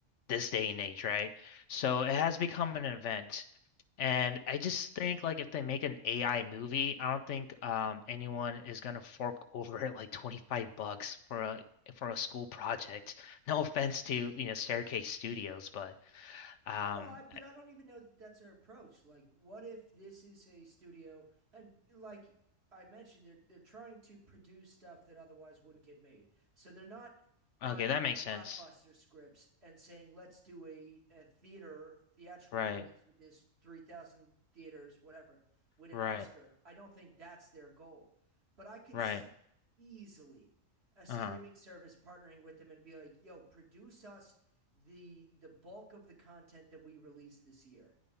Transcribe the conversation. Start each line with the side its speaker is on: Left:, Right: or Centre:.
Left: this day and age, right? So
Right: Yeah.
Left: it has become an event. And I just think like if they make an AI movie, I don't think um anyone is gonna fork <laughs> over like 25 bucks for a for a school project. <laughs> No offense to, you know, Staircase Studios, but um
Right: Well, I but I don't even know that that's our approach. Like, what if this is a studio and like I mentioned, they're they're trying to produce stuff that otherwise wouldn't get made. So they're not buying
Left: okay, that
Right: the
Left: makes
Right: blockbuster
Left: sense.
Right: scripts and saying, let's do a, a theater theatrical
Left: Right.
Right: release with this 3,000 theaters, whatever, win an
Left: Right.
Right: Oscar. I don't think that's their goal. But I could
Left: Right.
Right: see easily a streaming
Left: Uh-huh.
Right: service partnering with them and be like, yo, produce us the the bulk of the content that we release this year.